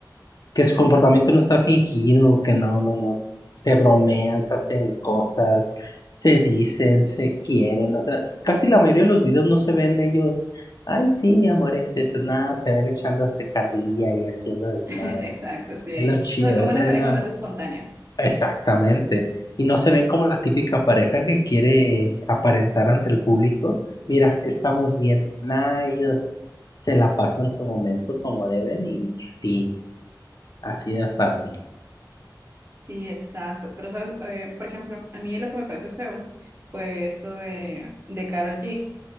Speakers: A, on the left; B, on the right.
A: que su comportamiento no está fingido, que no, no, no, se bromean, se hacen cosas, se dicen, se quieren, o sea, casi la mayoría de los videos no se ven ellos, ay, sí, mi amor, es eso, nada, se ven echándose carrilla y haciendo
B: <laughs>
A: desmadre.
B: Exacto, sí.
A: Es lo chido,
B: O sea, como
A: es
B: una
A: la,
B: pareja
A: es la-
B: más espontánea.
A: Exactamente. Y no se ven como la típica pareja que quiere aparentar ante el público. Mira, estamos bien. Nah, ellos se la pasan su momento como deben y fin. Así de fácil.
B: Sí, exacto. Pero, ¿sabes? Eh, por ejemplo, a mí lo que me pareció feo fue esto de, de Karol G.